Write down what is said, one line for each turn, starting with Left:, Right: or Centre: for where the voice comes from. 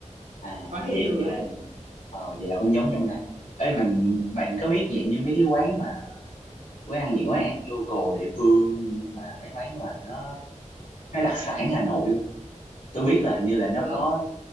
Left: à
Right: có thể
Left: vậy
Right: thử
Left: vậy
Right: ấy
Left: là ờ, vậy là cũng giống trong đây ấy mình bạn có biết dạng như mấy cái quán mà quán ăn những quán ăn local địa phương mà mấy quán mà nó nó đặc sản Hà Nội không tôi biết là hình như là nó
Right: được
Left: có